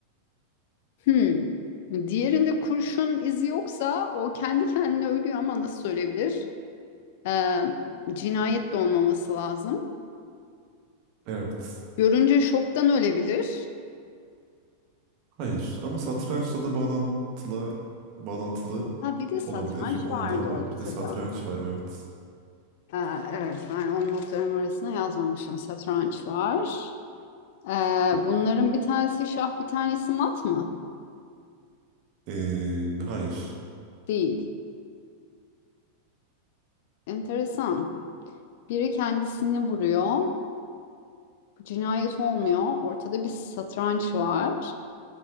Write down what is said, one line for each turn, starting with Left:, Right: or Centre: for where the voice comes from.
Left: Hmm. Diğerinde kurşun izi yoksa o kendi kendine ölüyor ama nasıl ölebilir? Ee, cinayet de olmaması lazım.
Right: Evet.
Left: Görünce şoktan ölebilir.
Right: Hayır. Ama satrançla da bağlantılı, bağlantılı
Left: Ha bir de satranç
Right: olabilir. Onu
Left: vardı
Right: da
Left: ortada.
Right: evet bir de satranç var evet.
Left: Ha, evet ben onun notlarım arasına yazmamışım. Satranç var. Ee, bunların bir tanesi şah bir tanesi mat mı?
Right: Ee, hayır.
Left: Değil. Enteresan. Biri kendisini vuruyor. Cinayet olmuyor. Ortada bir satranç var.